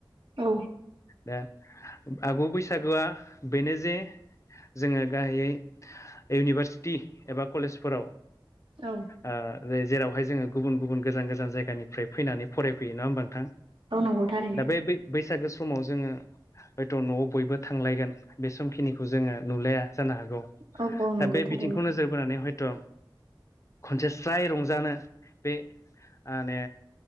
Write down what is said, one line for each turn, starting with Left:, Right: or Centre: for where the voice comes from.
Right: औ।
Left: दा आगु बैसागोआ बेनो जे जोङो गाहायै इउनिभारसिटि एबा कलेजफोराव
Right: औ।
Left: ओ जेरावहाय जोङो गुबुन गुबुन गोजान गोजान जायगानिफ्राय फैनानै फरायफैयो नङा होमबा नोंथां?
Right: औ नंगौ थारैनो
Left: दा बे बै बैसागो समाव जोङो हयथ' न'आव बयबो थांलायगोन बे समखिनिखौ जोङो नुलाया जानो हागौ।
Right: औ औ नंगौ
Left: दा बे
Right: थारैनो
Left: बिथिंखौ नोजोर बोनानै हयथ' खनसे स्राय रंजानो बे आने